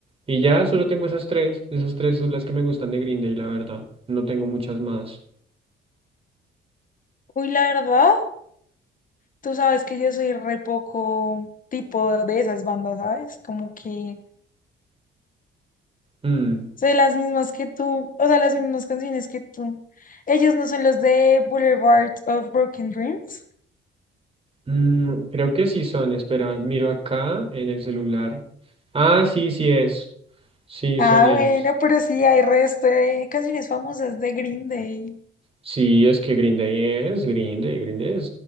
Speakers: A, on the right; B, on the left.
A: Y ya solo tengo esas tres, esas tres son las que me gustan de Green Day, la verdad. No tengo muchas más.
B: Uy, la verdad, tú sabes que yo soy re poco tipo de esas bandas, ¿sabes? Como que
A: Mm,
B: Sé las mismas que tú, o sea, las mismas canciones que tú. Ellos no son los de Boulevard of Broken Dreams.
A: mm, creo que sí son, espera, miro acá en el celular. Ah, sí, sí es. Sí,
B: Ah,
A: son ellos.
B: bueno, pero sí hay resto de canciones famosas de Green Day.
A: Sí, es que Green Day es, Green Day, Green Day es,